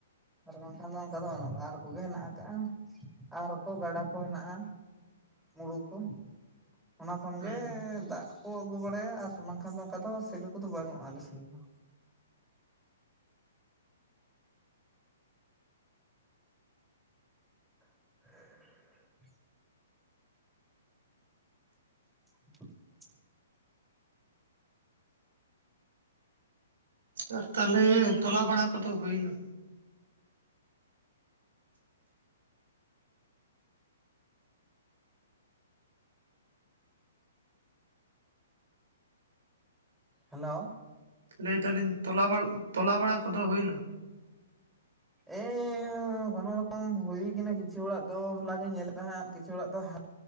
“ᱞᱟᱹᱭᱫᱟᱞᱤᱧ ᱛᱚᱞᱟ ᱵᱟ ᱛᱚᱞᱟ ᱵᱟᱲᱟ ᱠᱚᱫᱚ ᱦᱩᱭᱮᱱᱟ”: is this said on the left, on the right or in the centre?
Right